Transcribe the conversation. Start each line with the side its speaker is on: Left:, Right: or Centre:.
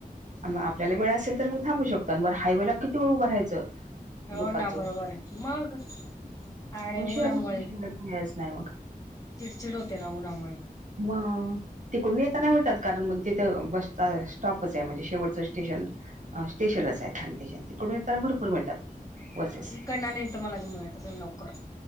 Right: अन म आपल्याला वेळ असेल तर मग थांबू शकतो, अन वर हायवे ला किती वेळ उभं राहायच, दुपारच
Left: हो ना
Right: उ
Left: बरोबर आहे मग आणि
Right: हो <unintelligible>
Left: उन्हामुळे
Right: यायचं नाय मग.
Left: चिडचिड होते ना, उन्हामुळे.
Right: म तिकडून येताना मिळतात कारण मग तिथं बसचा स्टॉपच आहे, म्हणजे शेवटचं स्टेशन अ स्टेशनच आहे, <inaudible> तिकडून येताना भरपूर मिळतात. बसेस
Left: हा इकडन नाही तुम्हाला मिळत असल लवकर.